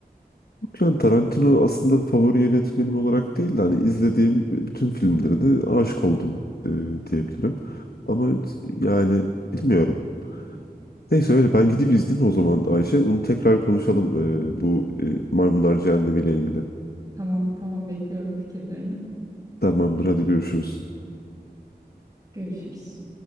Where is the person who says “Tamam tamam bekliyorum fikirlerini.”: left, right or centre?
Right